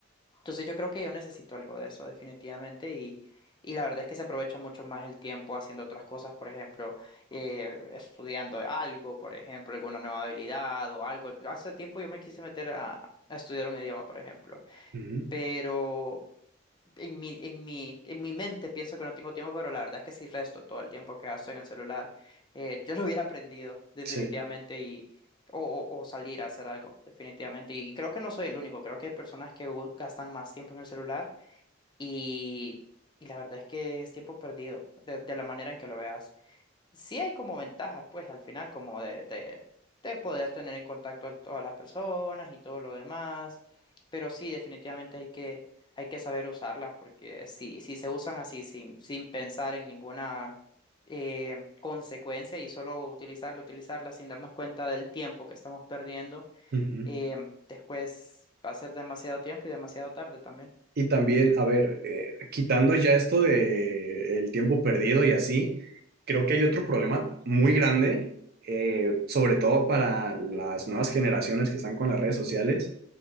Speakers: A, on the left (about 25°); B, on the right (about 50°).
A: Entonces yo creo que yo necesito algo de eso, definitivamente, y, y la verdad es que se aprovecha mucho más el tiempo haciendo otras cosas, por ejemplo, eh, estudiando algo, por ejemplo, alguna nueva habilidad o algo. Hace tiempo yo me quise meter a, a estudiar un idioma, por ejemplo,
B: ujú,
A: pero... En mi, en mi, en mi mente pienso que no tengo tiempo, pero la verdad es que sí resto todo el tiempo que gasto en el celular. Eh, yo lo <laughs> hubiera aprendido definitivamente
B: sí.
A: y o, o- o salir a hacer algo definitivamente. Y creo que no soy el único, creo que hay personas que gu- gastan más tiempo en el celular y, y la verdad es que es tiempo perdido de, de la manera en que lo veas sí hay como ventajas, pues al final, como de, de, de poder tener en contacto a todas las personas y todo lo demás, pero sí, definitivamente hay que, hay que saber usarlas, porque si, si se usan así sin, sin pensar en ninguna eh, consecuencia y solo utilizarla, utilizarla sin darnos cuenta del tiempo que estamos perdiendo,
B: ujú.
A: eh, después va a ser demasiado tiempo y demasiado tarde también.
B: Y también, a ver, eh, quitando ya esto de el tiempo perdido y así, creo que hay otro problema muy grande, eh, sobre todo para las nuevas generaciones que están con las redes sociales,